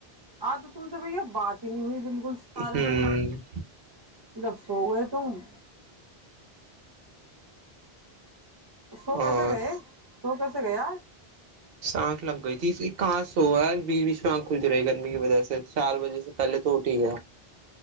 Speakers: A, on the right; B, on the right.
A: آ تو تم سے بھائی یہ بات ہی نہیں ہوئی بالکل سارے
B: ہوں
A: دن لف سو گئے تم سو
B: اور
A: کس گئے سو کسے گئے
B: سانکھ لگ گئی تھی اس کس سوا ہے بیچ بیچ میں آنکھ کھلتی رہی گرمی کی وجہ سے چار وجہ سے پہلے تو ٹھیک ہے